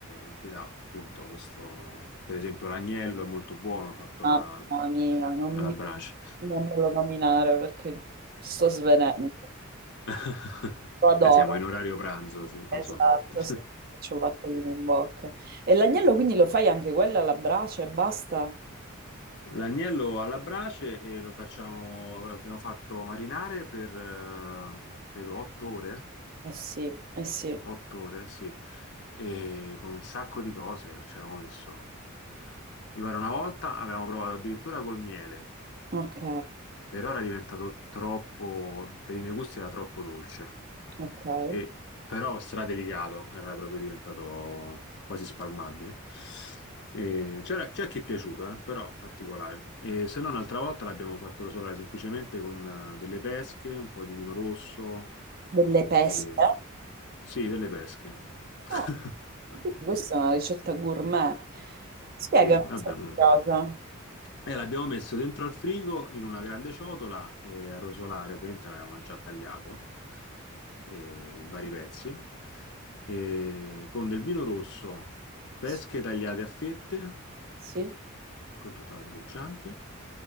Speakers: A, on the left; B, on the right.
A: e ti dà appunto questo, per esempio l'agnello è molto buono fatto
B: Mamma
A: alla,
B: mia, non
A: alla
B: mi...
A: brace.
B: non me lo nominare perché sto svenendo.
A: <laughs>
B: Lo adoro.
A: Eh, siamo in orario pranzo, sì,
B: Esatto,
A: lo so. <laughs>
B: sì, cioccolatino in bocca. E l'agnello quindi lo fai anche quella alla brace e basta?
A: L'agnello alla brace e lo facciamo, l'abbiamo fatto marinare per eh, credo otto ore.
B: Eh sì, eh sì.
A: Otto ore, sì, e con un sacco di cose ci avevamo messo. Mi pare una volta avevamo provato addirittura col miele
B: Ok,
A: per ora è diventato troppo, per i miei gusti era troppo dolce,
B: ok.
A: e, però stradelicato, era proprio diventato quasi spalmabile. E C'era c'è chi è piaciuto, eh, però particolare. E se no, un'altra volta l'abbiamo fatto rosolare semplicemente con eh, delle pesche, un po' di vino rosso,
B: Delle peste.
A: e- sì, delle pesche. <laughs>
B: Oh, quindi questa è una ricetta gourmet. Spiegami
A: Sì, vabbè,
B: questa
A: uno.
B: cosa.
A: E l'abbiamo messo dentro al frigo in una grande ciotola, eh, a rosolare, ovviamente l'avevamo già tagliato eh, in vari pezzi, eh, con del vino rosso, pesche
B: Sì,
A: tagliate a fette,
B: sì.
A: con tutta la buccia anche,